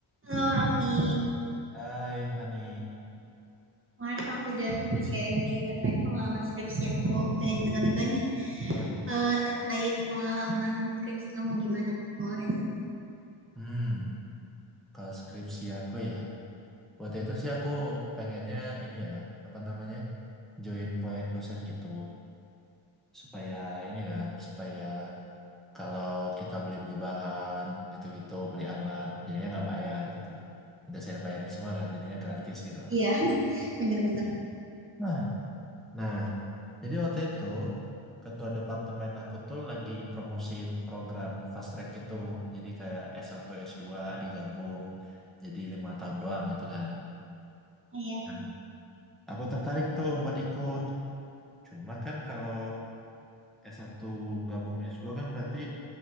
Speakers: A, on the right; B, in the centre.
A: Halo Raffi,
B: Hai Fani,
A: kemarin kan aku udah sempat sharing nih terkait pengalaman skripsi aku. Pengen dengar juga nih
B: oh iya,
A: eh, terkait pengalaman skripsi kamu gimana tuh kemarin?
B: hmm, kalau skripsi aku ya, waktu itu sih aku pengennya ini ya, apa namanya, join proyek dosen gitu, supaya ini kan, supaya kalau kita beli-beli bahan, gitu-gitu, beli alat, jadinya nggak bayar gitu lah. Dosen yang bayarin semua kan, jadinya gratis gitu.
A: Iya, <laughs> bener-bener.
B: Nah, nah Jadi waktu itu ketua departemen aku tuh lagi promosiin program fast track gitu. Jadi kayak s satu s dua digabung jadi lima tahun doang gitu kan.
A: Iya,
B: Hmm. Aku tertarik tuh buat ikut. Cuma kan kalau s satu gabung s dua kan berarti